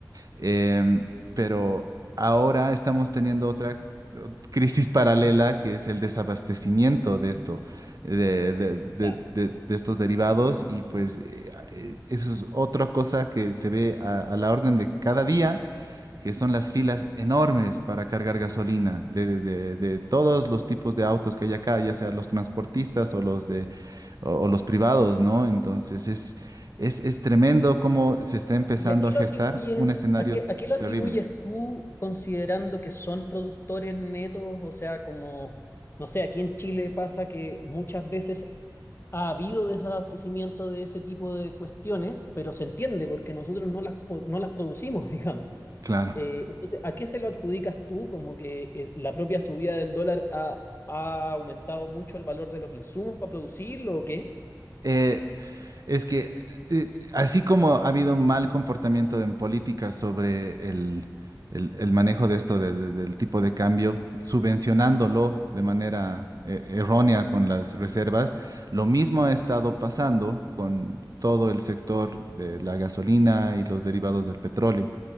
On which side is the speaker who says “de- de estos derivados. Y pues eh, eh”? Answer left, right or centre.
Right